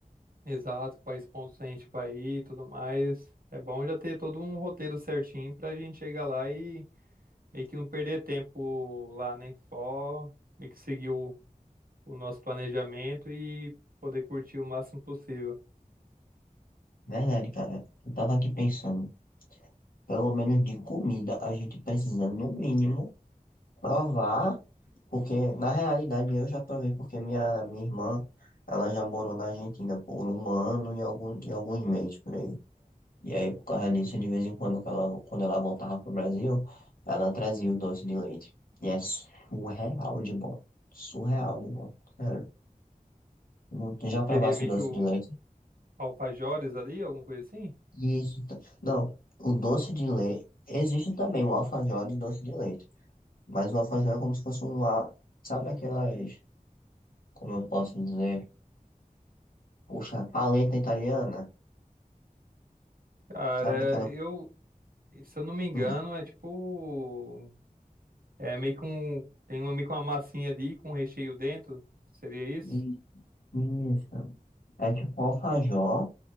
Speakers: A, on the right; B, on the left.
A: Exato, quais pontos a gente vai ir e tudo mais. É bom já ter todo um roteiro certinho pra gente chegar lá e meio que não perder tempo lá, né? Só meio que seguir o, o nosso planejamento e poder curtir o máximo possível.
B: Verdade, cara. Eu tava aqui pensando, pelo menos de comida, a gente precisa, no mínimo, provar. Porque, na realidade, eu já provei, porque minha, minha irmã, ela já morou na Argentina por um ano e, algum, e alguns meses por aí. E aí, por causa disso, de vez em quando, que ela, quando ela voltava pro Brasil, ela trazia o doce de leite. E é surreal de bom. Surreal de bom. Sério. Muito- Já provasse
A: Seria meio
B: o doce
A: que o
B: de leite?
A: Alfajores ali, alguma coisa assim?
B: Isso. ta- Não, o doce de leite. Existe também o alfajor de doce de leite. Mas o alfajor é como se fosse um lá. Sabe aquelas. Como eu posso dizer? puxa paleta italiana,
A: Cara,
B: sabe aquela.
A: eu, se eu não me engano,
B: Hum,
A: é tipo É meio que um. Tem uma, meio que uma massinha ali com recheio dentro. Seria isso?
B: i- isso. É tipo um alfajor.